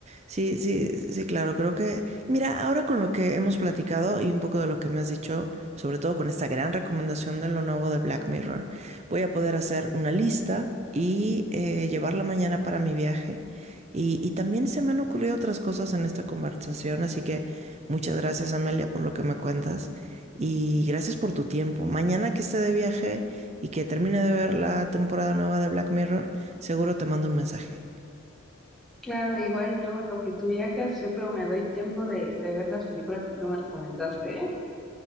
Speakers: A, on the right; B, in the centre.
A: Sí, sí, sí, claro, creo que, mira, ahora con lo que hemos platicado y un poco de lo que me has dicho, sobre todo con esta gran recomendación de lo nuevo de Black Mirror, voy a poder hacer una lista y eh, llevarla mañana para mi viaje. Y, y también se me han ocurrido otras cosas en esta conversación, así que muchas gracias, Amelia, por lo que me cuentas y gracias por tu tiempo. Mañana que esté de viaje y que termine de ver la temporada nueva de Black Mirror, seguro te mando un mensaje.
B: Claro, igual yo en lo que tú viajas, yo creo me doy tiempo de, de ver las películas que tú me recomendaste, ¿eh?